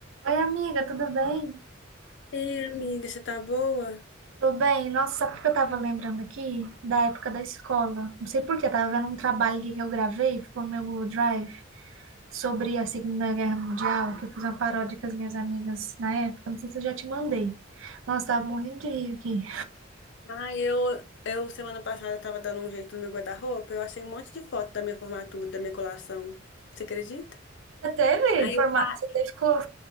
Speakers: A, on the right (about 75°); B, on the left (about 60°).
A: Oi, amiga, tudo bem?
B: Ei, amiga, você tá boa?
A: Tudo bem? Nossa, sabe o que eu tava lembrando aqui? Da época da escola. Não sei por que tava vendo um trabalho ali que eu gravei, ficou no meu Google Drive, sobre a Segunda Guerra Mundial, que eu fiz uma paródia com as minhas amigas na época. Não sei se eu já te mandei. Nossa, tava morrendo de rir aqui.
B: Ah, eu, eu semana passada tava dando um jeito no meu guarda-roupa, eu achei um monte de foto da minha formatura, da minha colação. Você acredita?
A: Você teve
B: Aí
A: forma...
B: eu, pa-
A: Você teve co-